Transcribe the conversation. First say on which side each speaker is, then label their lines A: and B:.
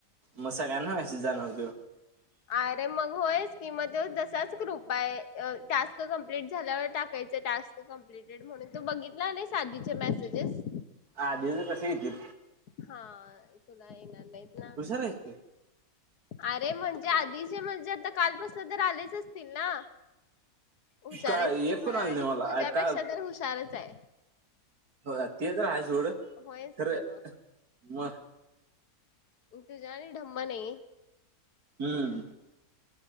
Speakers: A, on the right; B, on the left.
A: म सगळ्यांना मेसेज जाणर तो
B: अरे मग होयच कि म तो तसाच ग्रुप आहे टास्क कमप्लीट झाल्यावर टाकायचं टास्क कम्प्लटेड म्हणून तु बघितला नाहीस आधीचे मेसेजेस
A: आधिच कसं येतील
B: हा तुला येणार नाहीत. ना.
A: हुशार हाईस की,
B: अरे म्हणजे आधीचे म्हणजे आता कालपासून तर आलेच असतील ना? हुशार
A: काय
B: हाइस की,
A: एक
B: म्हणालास.
A: पण आलं नाही मला
B: तुझ्यापेक्षा
A: का
B: तर हुशारचे.
A: होय ते तर आहे सोड.
B: होयच
A: खरे
B: की मग
A: मग
B: मी तुझ्यावानी ढम्म नाही.
A: हम्म.